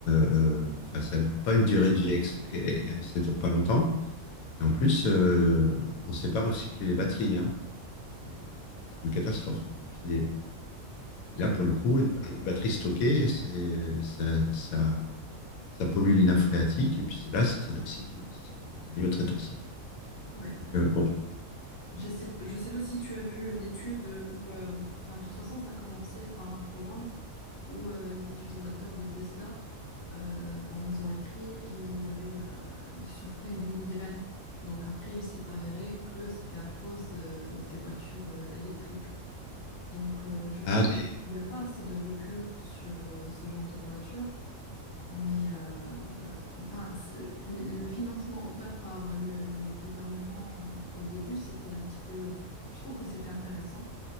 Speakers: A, on the left; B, on the left.
A: euh, enfin, ça n'a pas une durée de vie, ex- et- et- ça ne dure pas longtemps. Et en plus, euh, on ne sait pas recycler les batteries. hein. C'est c'est une catastrophe. hein. Et puis les,
B: Et
A: Là,
B: du
A: pour
B: coup,
A: le coup, les batteries stockées, c'est, ça, ça, ça pollue les nappes phréatiques. Et puis c'est- là, c'est très toxique. hein. C'est des matériaux très toxiques.
B: ouais.
A: Donc, euh, bon.
B: Je sais, je sais pas si tu as vu euh, l'étude euh, où, euh, enfin, de toute façon, ça a commencé par un forum où euh, les utilisateurs de Tesla, euh, bon, ils ont écrit et il y avait, euh, ils souffraient d'une migraine. Donc après, il s'est avéré que c'était à cause euh, des voitures euh, électriques. Donc euh, je pense
A: Ah, des-
B: qu'il n'y a pas assez de recul sur euh, ce genre de voiture mais euh, enfin, c'est- le le financement offert par le, le gouvernement au début, c'était un petit peu, je trouve que c'était intéressant.